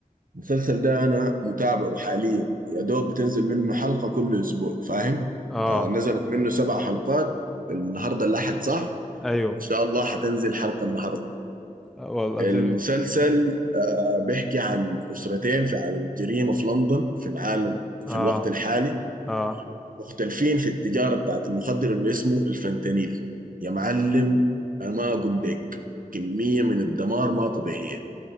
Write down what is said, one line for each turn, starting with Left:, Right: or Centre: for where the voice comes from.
Right: المسلسل ده انا متابعه حاليا يا دوب بتنزل منه حلقة كل اسبوع فاهم
Centre: اه
Right: آه نزلت منه سبع حلقات النهارده الاحد صح
Centre: ايوه
Right: ان شاء الله حتنزل حلقة النهارده
Centre: آه، والله
Right: المسلسل
Centre: بتبقى
Right: آه بيحكي عن اسرتين في عالم الجريمة في لندن في العالم في
Centre: اه
Right: الوقت الحالي
Centre: اه
Right: مختلفين في التجارة بتاعت المخدر اللي اسمه الفentanyl يا معلم أنا ما أقول لك كمية من الدمار ما طبيعية